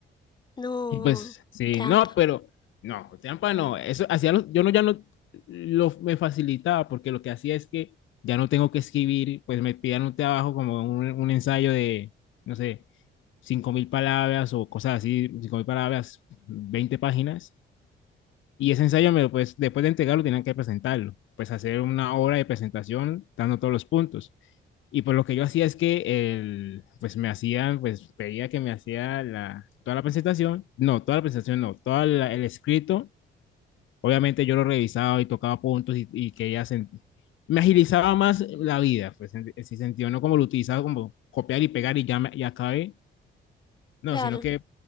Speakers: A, on the left (about 20°); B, on the left (about 75°).
A: No,
B: Y pues, sí,
A: trampa.
B: no, pero no, trampa no. Eso hacía los- yo no ya no lo me facilitaba porque lo que hacía es que ya no tengo que escribir, pues me pidan un trabajo como un, un ensayo de, no sé, cinco mil palabras o cosas así, cinco mil palabras, 20 páginas. Y ese ensayo, me lo, pues, después de entregarlo, tenían que presentarlo, pues hacer una hora de presentación dando todos los puntos. Y pues lo que yo hacía es que el, pues me hacían, pues pedía que me hacía la, toda la presentación, no, toda la presentación no, todo el escrito, obviamente yo lo revisaba y tocaba puntos y, y que ella se, me agilizaba más la vida, pues en ese sentido, no como lo utilizaba como copiar y pegar y ya, me- ya acabé, no,
A: Claro.
B: sino que